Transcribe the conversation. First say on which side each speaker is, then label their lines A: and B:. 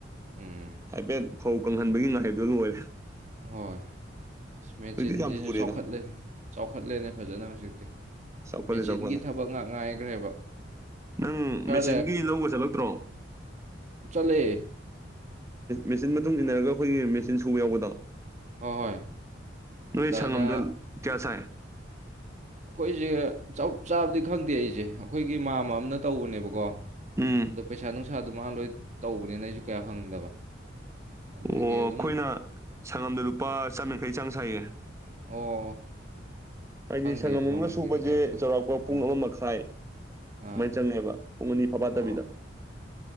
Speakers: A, on the right; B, on the right.
A: ꯎꯝ
B: ꯍꯥꯏꯐꯦꯠ ꯐꯧ ꯀꯪꯍꯟꯕꯒꯤ ꯉꯥꯏꯍꯩꯕꯗꯨꯣ ꯂꯣꯏꯔꯦ
A: ꯍꯣꯏ ꯃꯦꯆꯤꯟꯁꯤꯁꯨ
B: ꯍꯧꯖꯤꯛꯇꯤ ꯌꯥꯝ ꯊꯨꯔꯦꯗ
A: ꯆꯥꯎꯈꯠꯂꯦ ꯆꯥꯎꯈꯠꯂꯦꯅꯦ ꯐꯖꯅ ꯍꯧꯖꯤꯛꯇꯤ
B: ꯆꯥꯎꯈꯠꯂꯤ
A: ꯃꯦꯆꯤꯟꯒꯤ
B: ꯆꯥꯎꯈꯠꯂꯤ
A: ꯊꯕꯛ ꯉꯥꯛ ꯉꯥꯏꯈ꯭ꯔꯦꯕ
B: ꯅꯪ
A: ꯈꯔ
B: ꯃꯦꯆꯤꯟꯒꯤ ꯂꯧꯕ ꯆꯠꯂꯛꯇ꯭ꯔꯣ <inaudible>
A: ꯆꯂꯦ
B: ꯃꯦꯆꯤꯟ ꯃꯇꯨꯡ ꯏꯟꯅꯔꯒ ꯑꯩꯈꯣꯏꯒꯤ ꯃꯦꯆꯤꯟ ꯁꯨꯕ ꯌꯥꯎꯕꯗ
A: ꯍꯣꯏ ꯍꯣꯏ
B: ꯅꯣꯏ
A: ꯑꯗꯨꯃꯥꯏꯅ
B: ꯁꯪꯉꯝꯗ ꯀꯌꯥ ꯁꯥꯏ
A: ꯑꯩꯈꯣꯏꯁꯦ ꯆꯞ ꯆꯥꯕꯗꯤ ꯈꯪꯗꯦ ꯑꯩꯁꯦ ꯑꯩꯈꯣꯏꯒꯤ ꯃꯥꯃ ꯑꯝꯅ ꯇꯧꯕꯅꯦꯕꯀꯣ
B: ꯎꯝ
A: ꯑꯗꯣ ꯄꯩꯁꯥ ꯅꯨꯡꯁꯥꯗꯣ ꯃꯥ ꯂꯣꯏ ꯇꯧꯕꯅꯤꯅ ꯑꯩꯁꯨ ꯀꯌꯥ ꯍꯪꯗꯕ ꯑꯗꯒꯤ
B: ꯑꯣ ꯑꯩꯈꯣꯏꯅ
A: ꯑꯗꯨꯝ
B: ꯁꯪꯉꯝꯗ ꯂꯨꯄꯥ ꯆꯥ ꯃꯡꯈꯩ ꯆꯥꯡ ꯁꯥꯏꯌꯦ
A: ꯑꯣ
B: ꯍꯥꯏꯗꯤ
A: ꯈꯪꯗꯦ
B: ꯁꯪꯉꯝ
A: ꯑꯩꯗꯤ
B: ꯑꯃ
A: ꯃꯃꯜꯒꯤꯗꯤ
B: ꯁꯨꯕꯁꯦ
A: ꯀꯌꯥ ꯈꯪꯗꯦ
B: ꯆꯥꯎꯔꯥꯛꯄ ꯄꯨꯡ
A: ꯑꯥ
B: ꯑꯃ ꯃꯈꯥꯏ ꯁꯨꯃꯥꯏꯅ
A: ꯑꯥ
B: ꯆꯪꯉꯦꯕ ꯄꯨꯡ ꯑꯅꯤ ꯐꯕꯥꯠꯇꯕꯤꯗ
A: ꯑꯣ